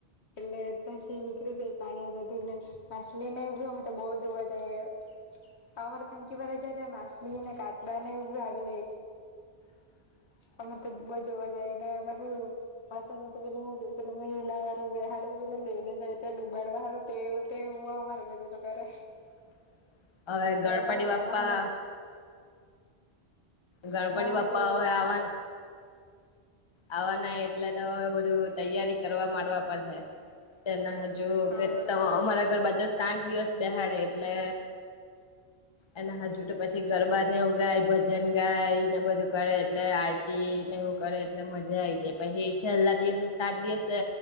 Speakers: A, on the left; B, on the left.
A: <unintelligible> એટલે તયથી નીકળી જાય પાણી બધી ને માછલી ને બી અમે તો બો જોવા જાયે
B: <inaudible>
A: આ અમારે ખનકી ભરાઈ જાય તયા માછલી ને કાટવા ને એવું આવી રેય
B: <inaudible>
A: અમે તો બો જોવા જાયેં ને પહી <unintelligible> લેને જાય ડુબાડવ તેવી તે બો અમારે બાજુ તો કરે
B: <inaudible>
A: નને
B: ગણપતિ
A: બા હ ચમાહન
B: બાપ્પા
A: તો
B: ગણપદી
A: હા ને પેલું
B: પપ્પાઓ આવવાના
A: આ
B: આવવા નાય એટલે તોવે બધું તૈયારી કરવા માંડવા પડશે છે તેના જો
A: હા
B: કે અમારા ઘર બાજુ સાઠ દિવસ બેહાડે એટલે એના હાથ જુટ પછી ગરબાને ગાય ભજન ગાયને બધું કરે એટલે આરતી એવું કરે એટલે મજા આ આવી જાય પછ છેલ્લા દિવસે સાત દિવસે